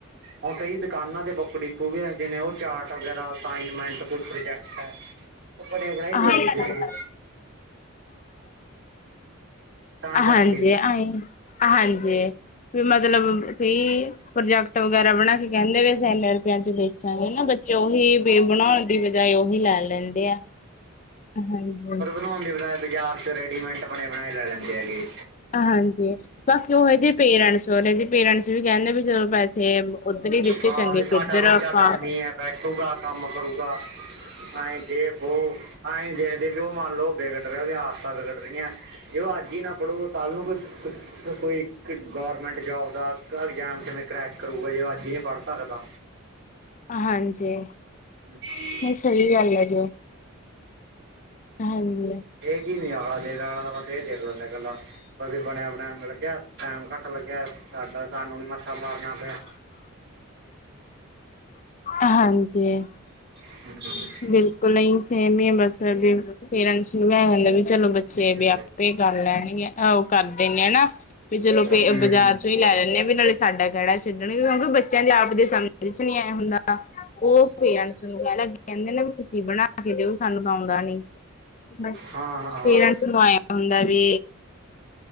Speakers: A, on the right (about 55°); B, on the left (about 35°).
A: ਹੁਣ ਕਈ ਦੁਕਾਨਾਂ ਦੇ ਬੁੱਕ- ਡੀਪੂ ਵੀ ਇਹੋ ਜਿਹੇ ਨੇ ਉਹ ਚਾਰਟ ਵਗੈਰਾ ਅਸਾਈਨਮੈਂਟ, ਕੋਈ ਪ੍ਰੋਜੈਕਟ ਹ ਉਹ ਬਣੇ ਬਣਾਏ ਦੇ
B: ਹਾਂਜੀ
A: ਦਿੰਦੇ ਹੈਗੇ। ਤਾਂ ਕਰਕੇ
B: ਹਾਂਜੀ ਅਂ। ਹਾਂਜੀ ਵੀ ਮਤਲਬ ਵੀ। ਪ੍ਰੋਜੈਕਟ ਵਗੈਰਾ ਬਣਾ ਕੇ ਕਹਿੰਦੇ ਵੀ ਅਸੀ ਇਨੇ ਰੁਪਇਆ ਚ ਵੇਚਾਂਗੇ ਨਾ ਬੱਚੇ ਉਹੀ ਬਣਾਉਣ ਦੀ ਬਜਾਏ ਉਹੀ ਲੈ ਲੈਂਦੇ ਆ ਹਾਂਜੀ
A: ਬਣਾਉ ਬ ਬਾਜ਼ਾਰ ਚ ਰੈਡੀਮੈਂਟ ਬਣੇ ਬਣਾਏ ਲੈ ਲੈਂਦੇ ਹੈਗੇ
B: ਹਾਂਜੀ ਬਾਕੀ ਉਹ ਜਿਹੇ ਪੇਰੈਂਟਸ ਉਹ ਜ ਪੇਰੈਂਟਸ ਵੀ ਕਹਿੰਦੇ ਵੀ ਚਲੋ ਪੈਸੇ ਉੱਧਰ ਹੀ ਵਿੱਚ
A: ਹਾਂ
B: ਚੰਗੇ
A: ਵੀ ਸਾਡਾ
B: ਕਿੱਧਰ
A: ਬੱਚਾ
B: ਆਪਾਂ
A: ਗਰਮੀ ਹੈ ਬੈਠੂਗਾ ਕੰਮ ਕਰੁਗਾ ਆਏਂ ਦੇਖੋ ਅਏਂ ਦੇਖਦੇ ਵੀ ਉਹ ਮੰਨ ਲਓ ਵਿੇਗੜ ਰਿਹਾ ਉਹਦੀਆਂ ਆਦਤਾਂ ਵਿਗੱਟ ਰਹੀਆਂ ਇਹੋ ਅੱ ਹੀ ਨਾ ਪੜੂਗਾ ਕੱਲ ਨੂੰ ਕੋਈ ਕੋਈ ਗੌਰਮੈਂਟ ਜੋਬ ਦਾ ਐਗਜਾਮ ਕਿਵੇਂ ਕਰੈਕ ਕਰੂਗਾ ਜੇ ਅੱਜ ਹੀ ਨਹੀਂੀ ਪੜ੍ਹ ਸਕਦਾ
B: ਹਾਂਜੀ
A: <unintelligible>
B: ਨਹੀਂ ਸਹੀ ਗੱਲ ਹੈ ਜੋ ਹਾਂਜੀ
A: ਇਹ ਚੀਜ਼ ਨੀ ਆਖਲਾ ਦੇਣ ਵਾਲਲਾ ਬਸ ਇਹ ਦੇਖ ਲੈਂਦਾ ਇਕੱਲਾ ਪਰ ਬਣਿਆ ਬਣਿਆ ਮ ਲੱਗਿਆ ਟਾਈਮ ਘੱਟ ਲੱਗਿਆ ਸਾਡਾ ਸਾਨੂੰ ਨੀ ਮੱਥਾ ਮਾਰਨਾ ਪਿਆ
B: ਹਾਂਜੀ
A: <unintelligible>
B: ਬਿਲਕੁਲ ਨਹੀਂ ਸੇਮ ਹੀ ਬਸੁ ਪੇਰੈਂਟਸ ਨੂੰ ਮ ਹਦਾ ਵੀ ਚਲੋ ਬੱਚੇ
A: ਗੱਲ
B: ਵਿਆ ਆਪੇ
A: ਹੈ
B: ਕਰ ਲੈਣਗੇ ਆਹ ਉਹ ਕਰਦੇ ਨੇ ਹਨਾ ਵੀ ਚਲੋ
A: ਜੀ
B: ਬਾਜ਼ਾਰ
A: ਹੂੰ
B: ਹੀ ਲੈ ਲੈਂਨਦੇਾਂ ਵੀ ਨਾਲੇ ਸਾਡਾ ਕਿਹਿੜਾ ਛੱਡਣਗੇ ਕਿਉਂਕਿ ਬੱਚਿਆਂ ਦੇ ਆਪ ਦੇ ਸਮਝ ਚ ਨਹੀਂੀ ਆ ਹੁੰਦਾ ਉਹ ਪੇਰੈਂਟਸ ਨੂੰ ਕਹਿਣ ਲੱਗੇ ਕਹਿੰਦੇ ਨਾ ਵੀ ਤੁਸੀਂ ਬਣਾ ਕੇ ਦਿਓ ਸਾਨੂੰ ਤਾਂ ਆਉਂਦਾ ਨੀ ਬ
A: ਹਾਂ ਹਾਂ ਹਾਂ
B: ਪੇਰੈਂਟਸ ਆਇਆ ਹੁੰਦਾ ਵੀ